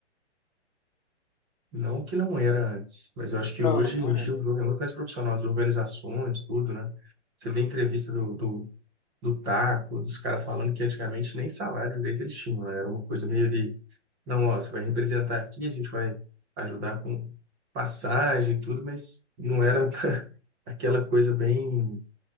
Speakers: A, on the right; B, on the left.
A: Não que não era antes, mas eu acho que
B: Não,
A: hoje
B: não, não
A: em
B: era.
A: dia o jogo é muito mais profissional, as organizações, tudo, né? Você vê entrevista do, do, do Taco, dos caras falando que antigamente nem salário direito eles tinham, né? Era uma coisa meio ali, não, ó, você vai representar aqui, a gente vai ajudar com passagem, e tudo, mas não era <laughs> aquela coisa bem